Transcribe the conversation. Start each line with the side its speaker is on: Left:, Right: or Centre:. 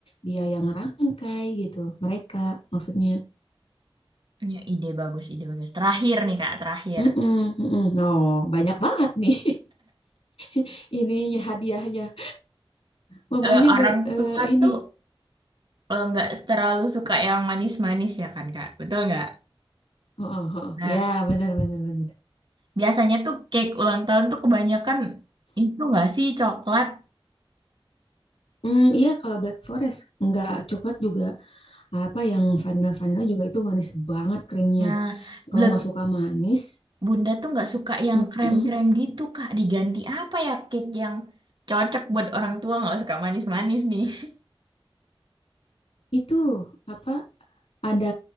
Left: dia yang rangkai gitu. Mereka maksudnya
Right: Ya, ide bagus, ide bagus. Terakhir nih Kak, terakhir.
Left: Mm-mm, mm-mm. Oh, banyak banget nih <laughs> ininya hadiahnya. Mamanya
Right: Eh, orang
Left: ber, eh,
Right: tua
Left: ini.
Right: tuh eh, nggak terlalu suka yang manis-manis ya kan Kak, betul nggak?
Left: Oh, oh, oh.
Right: Nah,
Left: Ya, benar benar benar.
Right: biasanya tuh cake ulang tahun tuh kebanyakan itu nggak sih coklat.
Left: Hmm, iya kalau Black Forest nggak coklat juga apa yang vanilla vanilla juga itu manis banget krimnya.
Right: Nah,
Left: Kalau
Right: le-
Left: nggak suka manis,
Right: Bunda tuh nggak suka yang
Left: mm-mm,
Right: krem-krem gitu Kak. Diganti apa ya cake yang cocok buat orang tua nggak suka manis-manis nih? <laughs>
Left: itu apa ada